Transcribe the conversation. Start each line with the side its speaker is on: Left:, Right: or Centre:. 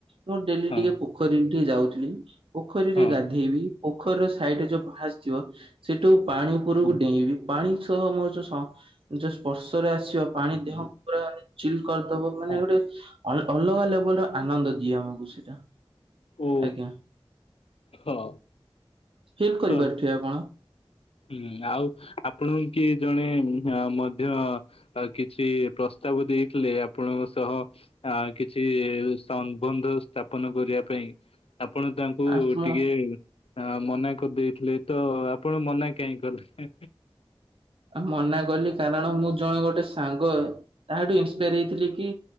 Right: ମୁଁ ଡେଲି
Left: ହଁ
Right: ଟିକେ। ପୋଖରୀ ଟିକେ ଯାଉଥିଲି, ପୋଖରୀରେ
Left: ହଁ।
Right: ଗାଧେଇବି, ପୋଖରୀର ସାଇଡ ଯୋଉ ପାହାଚ ଥିବ। ସେଠୁ ପାଣି ଉପରକୁ
Left: ହୁଁ,
Right: ଡେଇଁବି ପାଣି ସହ ମୋ ଯୋଉ। ସ୍ପର୍ଶରେ ଆସିବା ପାଣି ଦେହକୁ ପୁରା ଚିଲ୍ କରିଦବ ମାନେ
Left: ହଁ
Right: ଗୋଟେ। ଅଲଗା ଲେବଲ ର ଆନନ୍ଦ ଦିଏ ଆମକୁ ସେଇଟା।
Left: ଓ
Right: ଆଜ୍ଞ୍ୟା
Left: ହଁ
Right: ଫିଲକରିପାରୁଥିବେ
Left: ହଁ।
Right: ଆପଣ।
Left: ହୁଁ ଆଉ ଆପଣ କି ଜଣେ ମଧ୍ୟ। ଆଉ କିଛି ପ୍ରସ୍ତାବ ଦେଇଥିଲେ ଆପଣଙ୍କ ସହ। ଆ କିଛି ସମ୍ବନ୍ଧ ସ୍ଥାପନ କରିବା ପାଇଁ। ଆପଣ ତାଙ୍କୁ
Right: ଆପଣ
Left: ଟିକେ ଅ ମନା କରିଦେଇଥିଲେ ତ ଆପଣ ମନା। କାହିଁ କରିଥିଲେ।
Right: ଆ ମନା କଲି କାରଣ ମୁଁ ଜଣେ ଗୋଟେ ସାଙ୍ଗ ତାହାଠୁ ଇନ୍ସପାୟାର ହେଇଥିଲି କି